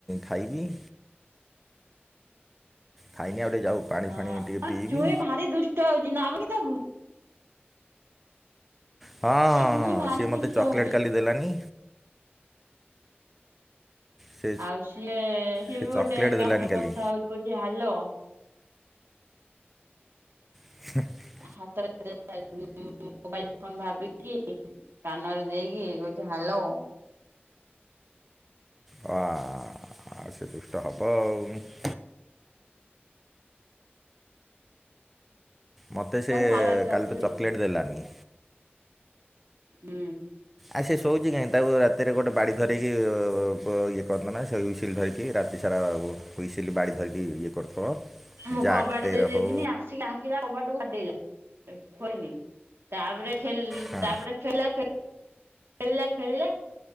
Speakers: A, in the centre; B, on the right.
A: ଖାଇନି। ଖାଇନି ଆଉ ଟିକେ ଯାଉ। ପାଣି
B: ହଁ
A: ଫାଣି ଟିକେ
B: ଆମ
A: ପିଇବି
B: ଚୁଇଁ ଭାରି ଦୁଷ୍ଟ ହଉଚି, ନବ କି ତାକୁ?
A: ହଁ-ହଁ-ହଁ
B: ଆଉ ଚୁଇଁ ଭାରି
A: ସିଏ
B: ଦୁଷ୍ଟ
A: ମତେ ଚକୋଲେଟ୍
B: ହଉଛି।
A: କାଲି ଦେଲାନି। ସେ
B: ଆଉ ସିଏ-ସିଏ
A: ସେ
B: ବି ଗୋଟେ
A: ଚକୋଲେଟ୍ ଦେଲାନି
B: କାହା ସାଙ୍ଗରେ
A: କାଲି
B: କଥା ହଉଚି <unintelligible> କି ହାଲୋ।
A: <inaudible>
B: ହାତରେ ମୋବାଇଲ୍ ଫୋନ ଭାବି କି କାନରେ ଦେଇକି କହୁଚି ହାଲୋ।
A: <unintelligible> ଆଉ ସେ ଦୁଷ୍ଟ ହବ ଆଉ। ମୋତେ ସେ
B: କାଲି ସାଢେ ଆଠଟା ରାତିରେ
A: କାଲି ତ
B: ହେଇଛି
A: ଚକୋଲେଟ୍ ଦେଲାନି।
B: ହୁଁ।
A: ଆ ସେ ଶୋଉଛି କାହିଁ ତାକୁ ରାତିରେ ଗୋଟେ ବାଡି ଧରିକି ଇଏ କରନ୍ତ ନା ସେ ଉଇସିଲ ଧରିକି ରାତି <unintelligible> ହୁଇସିଲି ବାଡ଼ି ଧରିକି ଇଏ କରୁଥିବ।
B: ମୁଁ
A: ଜାକ୍
B: କବାଟ
A: ତେ
B: ଦେଇ
A: ରହୋ।
B: ଦେଇଥିନି ଆସିକି ଡାକିଲା କବାଟକୁ ବାଡେଇଲା। ଖୋଲମି ତାପରେ ଖେଲ୍
A: ହଁ
B: ତାପରେ ଖେଳିଲା ଖେ ଖେଳିଲା ଖେଳିଲା।